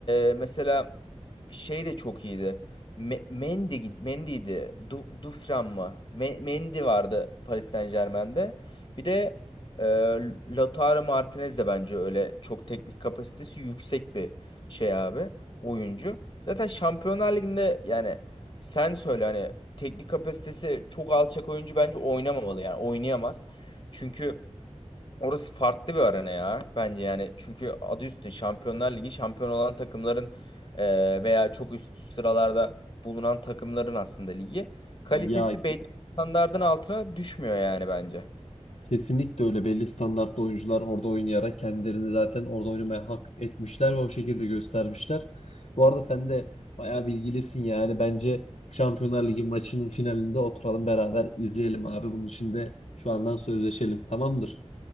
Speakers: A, on the left; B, on the left.
A: e, mesela şey de çok iyiydi. Me- Mendy, Mendy'di. Du Dufran mı? Me- Mendy vardı Paris Saint-Germain'de. Bir de e, Lautaro Martinez de bence öyle çok teknik kapasitesi yüksek bir şey abi oyuncu. Zaten Şampiyonlar Ligi'nde yani sen söyle hani teknik kapasitesi çok alçak oyuncu bence oynamamalı yani oynayamaz. Çünkü orası farklı bir arena ya bence yani çünkü adı üstünde Şampiyonlar Ligi şampiyon olan takımların e, veya çok üst sıralarda bulunan takımların aslında ligi kalitesi
B: Ya
A: belli standardın altına düşmüyor yani bence.
B: kesinlikle öyle. Belli standartlı oyuncular orada oynayarak kendilerini zaten orada oynamaya hak etmişler ve o şekilde göstermişler. Bu arada sen de bayağı bilgilisin yani. Bence bu Şampiyonlar Ligi maçının finalinde oturalım beraber izleyelim abi. Bunun için de şu andan sözleşelim. Tamamdır.